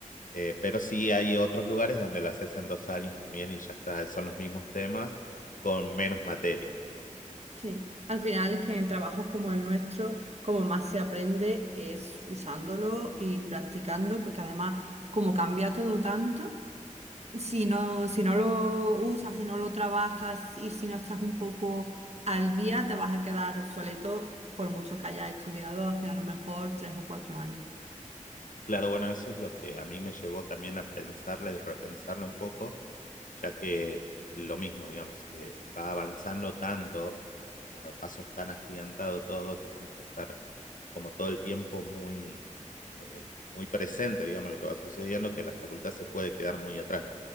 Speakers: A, on the left; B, on the right.
A: Eh, pero sí hay otros lugares donde lo haces en dos años también y ya está, son los mismos temas con menos materias, digamos.
B: Sí, al final es que en trabajos como el nuestro, como más se aprende es usándolo y practicando, porque además como cambia todo tanto, si no, si no lo usas, si no lo trabajas y si no estás un poco al día, te vas a quedar obsoleto por mucho que hayas estudiado hace a lo mejor tres o cuatro años.
A: Claro, bueno, eso es lo que a mí me llevó también a pensarla y repensarla un poco ya que lo mismo, digamos, eh, va avanzando tanto, eh, a pasos tan agigantados todo, que tenés que estar como todo el tiempo muy, eh, muy presente, digamos, lo que va sucediendo, que la facultad se puede quedar muy atrás.